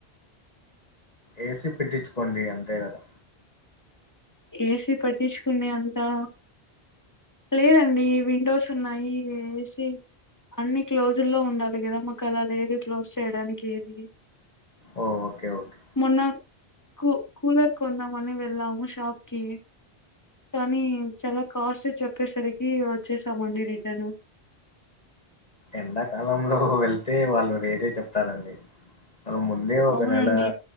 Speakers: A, on the left; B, on the left.
A: ఏసీ పెట్టించుకోండి అంతే కదా
B: ఏసీ పెట్టించుకునే అంతా లేదండి విండోస్ ఉన్నాయి ఏసీ అన్ని క్లోజ్ లో ఉండాలి కదా మాకు అలా లేదు క్లోజ్ చేయడానికి ఏది
A: ఓ, ఓకే ఓకే
B: మొన్నా కు కూలర్ కొందామని వెళ్ళాము షాప్ కి కానీ చాలా కాస్ట్ చెప్పేసరికి వచ్చేసామండి రిటర్న్
A: ఎండాకాలంలో వెళ్తే వాళ్ళు రేట్ ఏ చెప్తారండి అ ముందే ఒక్క
B: అవునండి.
A: నేల